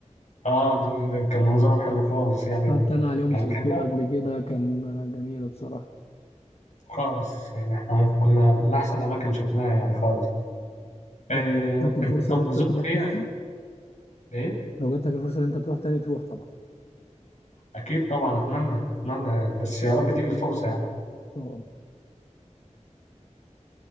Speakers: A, on the left; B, on the left.
A: آه دول كان منظرهم حلو خالص يعني و...
B: حتى انا عليهم
A: يعني
B: سلطون
A: كان لا
B: قبل كده كان آه، جميله بصراحه
A: خالص يعني إحنا كنا من أحسن أماكن شفناها يعني خالص إيه...
B: يعني لو جاتلك الفرصه
A: أنت- طب
B: ان انت
A: زرت
B: تروح
A: إيه؟
B: تاني
A: إيه؟
B: لو جات لك الفرصه ان انت تروح تاني تروح طبعا ان
A: أكيد طبعا أتمنى أتمنى يعني بس يا رب تيجي الفرصة يعني
B: شاء الله